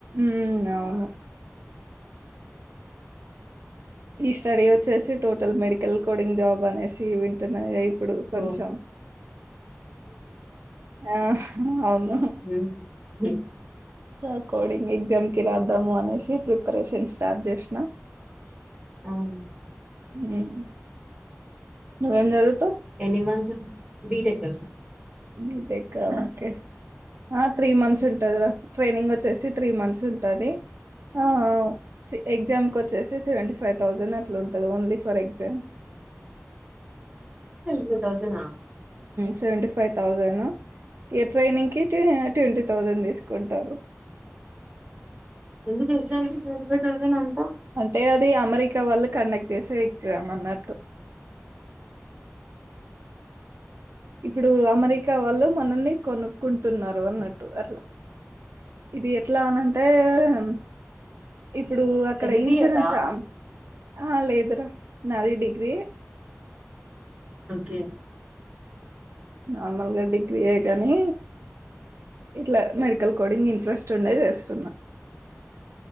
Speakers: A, on the right (about 55°); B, on the right (about 20°).
A: ఉం అవును ఈ స్టడీ వచ్చేసి టోటల్ మెడికల్ కోడింగ్ జాబ్ అనేసి వింటున్నా అయి ఇప్పుడు
B: ఓ
A: కొంచెం ఆ అవును
B: ఉం హు
A: సార్ కోడింగ్ ఎగ్జామ్ కి రాద్దాము అనేసి ప్రిపరేషన్ స్టార్ట్ చేసినా
B: అవును
A: ఉం నువ్ ఎం జదువుతవ్
B: ఎన్ని మంత్స్ ఉ బిటెక్
A: బిటెకా ఒకే ఆ త్రీ మంత్స్ ఉంటది రా ట్రైనింగ్ వచ్చేసి త్రీ మంత్స్ ఉంటది ఆ అ సె ఎగ్జామ్ వచ్చేసి సెవెంటీ ఫైవ్ థౌజండ్ అట్లా ఉంటంది only for exam
B: two thousand ఆ
A: సెవెంటీ ఫైవ్ థౌజండ్ ఏ ట్రైనింగ్ కి ట్వంటీ థౌజండ్ తీసుకుంటారు
B: ఎందుకు exam fees seventy five thousand అం
A: అంటే అది అమెరికా వాళ్ళు కండక్ట్ చేసే ఎగ్జామ్ అన్నట్టు ఇప్పుడు అమెరికా వాళ్ళు మనల్ని కొనుక్కుంటున్నారు అన్నట్టు అట్లా ఇది ఎట్లా అనంటే ఉం ఇప్పుడు అక్కడ
B: ఎంబీబిఎస్
A: ఇన్సూరెన్స్
B: ఆ
A: ఆమ్ ఆ లేదు రా నాది డిగ్రీ ఎ
B: ఓకే
A: నార్మల్ గా డిగ్రీ యే కాని ఇట్లా మెడికల్ కోడింగ్ ఇంట్రెస్ట్ ఉండే చేస్తున్నా